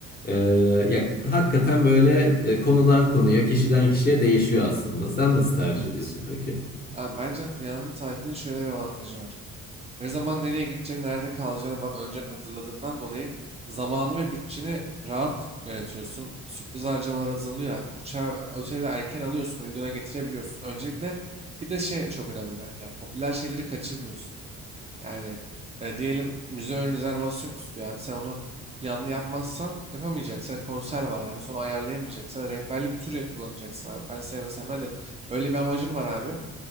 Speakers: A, on the left; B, on the right.
A: Ee, ya hakikaten böyle e, konudan konuya, kişiden kişiye değişiyor aslında. Sen nasıl tercih
B: Evet.
A: ediyorsun peki?
B: Abi bence planlı tatilin şöyle bir avantajı var. Ne zaman nereye gideceğini, nerede kalacağını falan önceden hazırladığından dolayı zamanı ve bütçeni rahat yönetiyorsun. Sürpriz harcamalar azalıyor abi. Uçağı, oteli de erken alıyorsun, uyguna getirebiliyorsun. Öncelikle iki de şey çok önemli bence. Popüler şeyleri kaçırmıyorsun. Yani e, diyelim müze ön rezervasyon istiyor abi. Sen onu planlı yapmazsan yapamayacaksın. Yani Konser var abi. Sonra ayarlayamayacaksın. Rehberli bir tur kullanacaksın abi. Ben sevmesem de öyle bir amacın var abi.